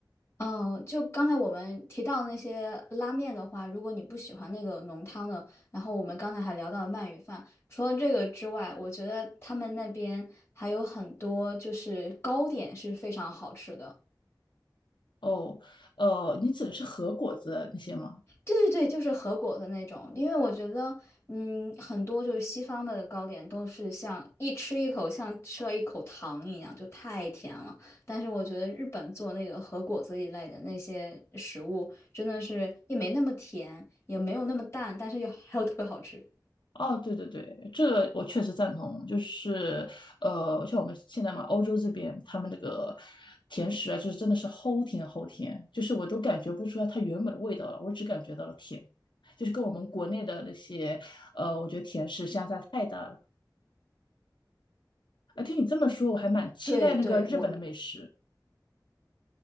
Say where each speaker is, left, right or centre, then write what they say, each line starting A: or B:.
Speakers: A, on the left (about 35°); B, on the left (about 80°).
A: 嗯，就刚才我们提到那些拉面的话，如果你不喜欢那个浓汤的，然后我们刚才还聊到了鳗鱼饭，除了这个之外，我觉得他们那边还有很多就是糕点是非常好吃的。
B: 哦，呃，你指的是和果子那些吗？
A: 对对对，就是和果的那种，因为我觉得，嗯，很多就是西方的糕点都是像一吃一口像吃了一口糖一样，就太甜了。但是我觉得日本做那个和果子一类的那些食物，真的是也没那么甜，也没有那么淡，但是又还有特别好吃。
B: 哦，对对对，这个我确实赞同。就是，呃，像我们现在嘛，欧洲这边他们那个甜食啊，就是真的是齁甜齁甜，就是我都感觉不出来它原本的味道了，我只感觉到了甜，就是跟我们国内的那些，呃，我觉得甜食相差太大了。啊，听你这么说，我还蛮期待那个日本的美食。
A: 对对，我